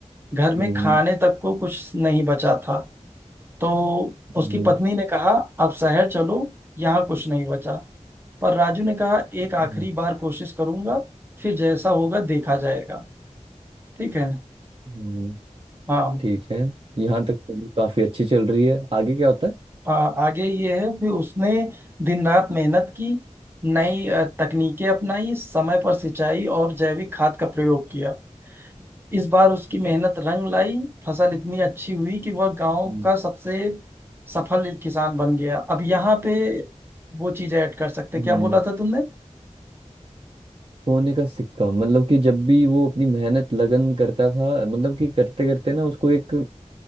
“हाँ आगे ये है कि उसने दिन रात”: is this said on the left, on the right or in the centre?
Right